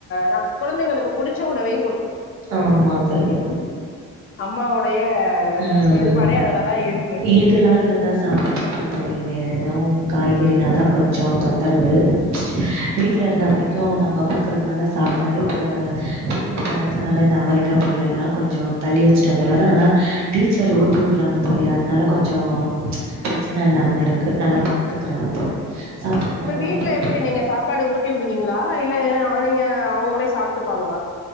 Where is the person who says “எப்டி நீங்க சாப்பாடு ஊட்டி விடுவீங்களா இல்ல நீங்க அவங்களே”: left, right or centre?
Left